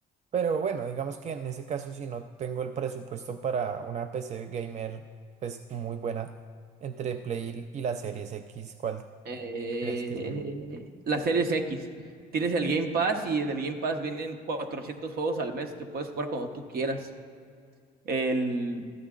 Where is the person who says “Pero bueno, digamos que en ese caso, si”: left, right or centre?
Right